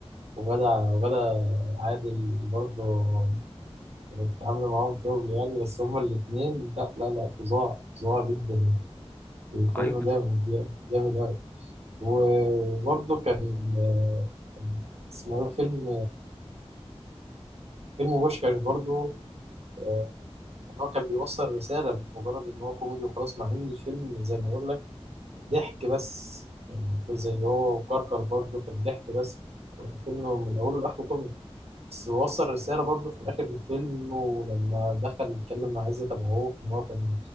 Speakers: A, on the right; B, on the left.
A: وغدا وغدا عادل برضه كانت عاملة معاهم شغل يعني بس هما الاتنين لا لا لا فظاع فظاع جدا يعني. الفيلم
B: ايوه يا
A: جامد
B: اسطى
A: جامد أوي. وبرضه كان كان اسمه إيه؟ فيلم فيلم بوشكاش برضه آه، يعني هو كان بيوصل رسالة مش مجرد إن هو كوميدي وخلاص مع إن الفيلم زي ما بقول لك ضحك بس يعني زي هو وكركر برضه كان ضحك بس الفيلم من أوله لآخره كوميدي بس وصل رسالة برضه في آخر الفيلم إنه لما دخل يتكلم مع عزت أبو عوف إن هو كان